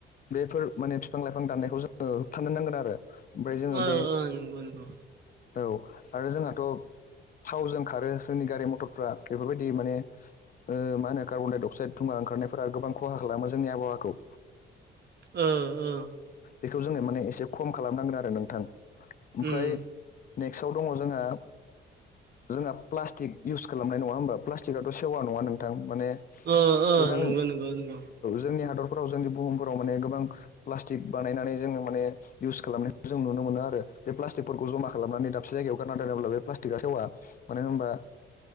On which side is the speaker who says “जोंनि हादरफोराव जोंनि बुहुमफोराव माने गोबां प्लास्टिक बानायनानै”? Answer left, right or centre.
Left